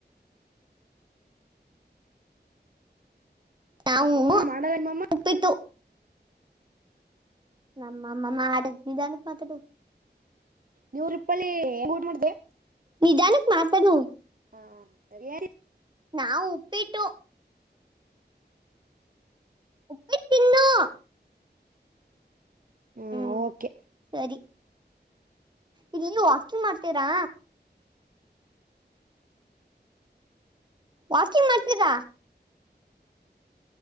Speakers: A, on the right; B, on the right.
A: ನಾವು
B: ಹ ಮಾಡಲ್ಲ ನಿಮ್ಮಮ್ಮ
A: ಉಪ್ಪಿಟ್ಟು. ನಮ್ಮಮ್ಮ ಮಾಡ ನಿಧಾನಕ್ ಮಾತಡು.
B: ನೂರಪಯ್ಲಿ <unintelligible>
A: ನಿಧಾನಕ್ ಮಾತಾಡು
B: <unintelligible>
A: ನಾವು ಉಪ್ಪಿಟ್ಟು ಉಪ್ಪಿಟ್ಟ್ ತಿನ್ನು.
B: ಹ್ಮ
A: ಹ್ಮ್
B: ಓಕೆ.
A: ಸರಿ ಇಲ್ಲಿ ವಾಕಿಂಗ್ ಮಾಡ್ತೀರಾ ವಾಕಿಂಗ್ ಮಾಡ್ತೀರ.